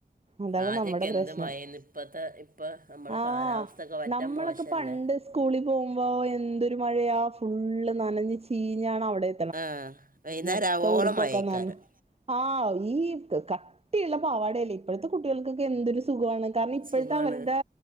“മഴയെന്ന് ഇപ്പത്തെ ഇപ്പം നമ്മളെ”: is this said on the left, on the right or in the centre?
Right